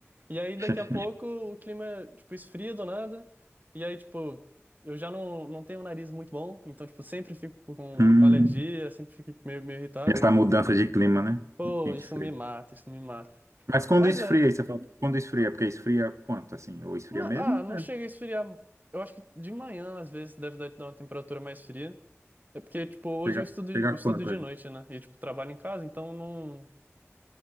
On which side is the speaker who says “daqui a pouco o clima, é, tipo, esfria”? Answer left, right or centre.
Right